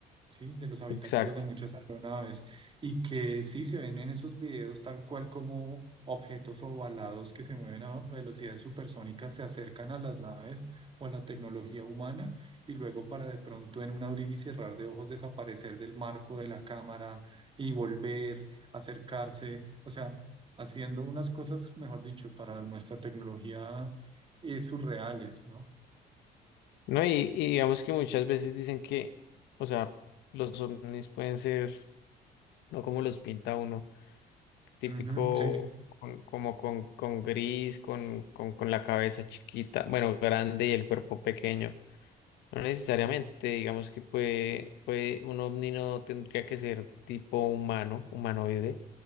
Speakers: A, on the right (about 30°); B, on the left (about 85°).
A: ¿sí? De los habitáculos
B: Exacto.
A: de muchas aeronaves y que sí se ven en esos videos tal cual como objetos ovalados que se mueven a velocidades supersónicas se acercan a las naves o a la tecnología humana y luego para de pronto en un abrir y cerrar de ojos desaparecer del marco de la cámara y volver, acercarse, o sea, haciendo unas cosas, mejor dicho, para nuestra tecnología eh, surreales, ¿no?
B: No, y, y digamos que muchas veces dicen que, o sea, los ovnis pueden ser, no como los pinta uno, típico,
A: Ujú, sí,
B: con- como con, con gris, con, con, con la cabeza chiquita, bueno, grande y el cuerpo pequeño. No necesariamente, digamos que puede, puede, un ovni no tendría que ser tipo humano, humanoide,